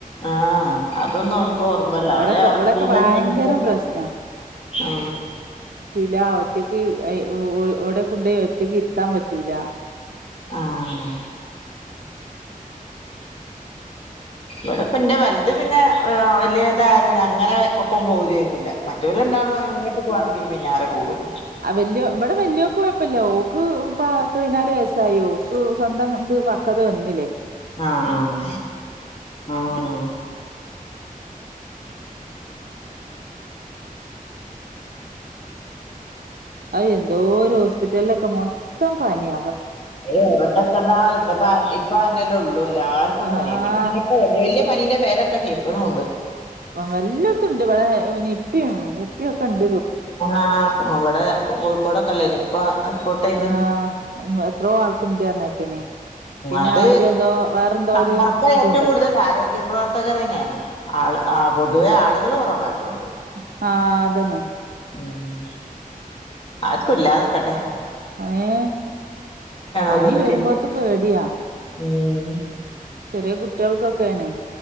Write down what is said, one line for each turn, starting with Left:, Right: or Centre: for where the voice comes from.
Left: ആഹ അതൊന്നും അവലക്ക് ഓർമ്മല്ല
Right: ഇവിടൊക്കെ
Left: അവല
Right: ഇവിടൊക്കെ
Left: എല്ലം
Right: ഭയങ്കരം
Left: കഴിഞ്ഞിട്ട
Right: പ്രശ്നാ
Left: ആ
Right: ഇല്ല ഒറ്റക്ക് ഓടെ കൊണ്ടോയി ഒറ്റക്ക് ഇരുത്താൻ പറ്റൂലാ
Left: ആഹ് ഇവിടെ ഇപ്പൊ ന്റെ വലുത് പിന്നെ ആ വല്യ തായരെ അങ്ങനെ ഒപ്പം പോരേ ഒന്നൂല്ലാ മെറ്റോല് രണ്ടാളും എങ്ങട്ട് പോവ ന്റെ പിന്നാലെ കൂടും
Right: അ വല്ല്യോ ഇവിടെ വല്യോൾക്ക് കുഴപ്പമില്ല ഓൾക്ക് പത്തു പതിനാല് വയസ് ആയി ഓൾക് സ്വന്തം ഇത് പക്ക്വത വെന്നിലേ
Left: ആഹ് ആഹ് അ ആണോ
Right: അയ് എന്തോരം ഹോസ്പിറ്റലിൽ ഒക്കെ മൊത്തം പനിയ
Left: ഏ എവിടെച്ചെന്നാലും ന്ന്പ്പ ഇപ്പാ അന്നെല്ലെള്ളൂ ല്ലാർക്കും
Right: ആഹ്
Left: പനിയാ പിന്നെന്നറിഞ്ഞാ ഇപ്പ വല്യ വല്യ പനിന്റെ പേരൊക്കെ കേക്ക്ണ് ഉണ്ട്
Right: ആ എല്ലോട്ത്തും ഉണ്ട് ഇവടെ നിപ്പ പ്പി ഒക്കെ ഉ
Left: ആ പ്പം അവടെ കോഴിക്കോടക്കെല്ലെ നിപ്പ റിപ്പോർട്ടെയ്തെ
Right: ആഹ് എത്രോ ആൾക്കുണ്ട് പറഞ്ഞിട്ടണ് പിന്നെ
Left: അത്
Right: മറ്റേ എന്തോ വേറെന്തോ
Left: സംമ്പർക്കം
Right: ഒരു ഇതുണ്ടല്ലോ
Left: ഏറ്റവും കൂടുതൽ ആരോഗ്യ പ്രവർത്തകരന്നെ ആണ് ആള് ആ പൊതുവെ ആള്കള് കുറവായതോണ്ട്‌
Right: ത്ത അതെന്നെ
Left: ഉം ആർക്കും ഇല്ലാതെക്കെട്ടെ
Right: ഏഹ് പനി
Left: ഓരോന്ന്
Right: വരുമ്പോത്ത്
Left: കേൾക്കാൻ
Right: പേടിയാ
Left: ഉം
Right: ചെറിയ കുട്ടിയോൾക് ഒക്കെ ആണ്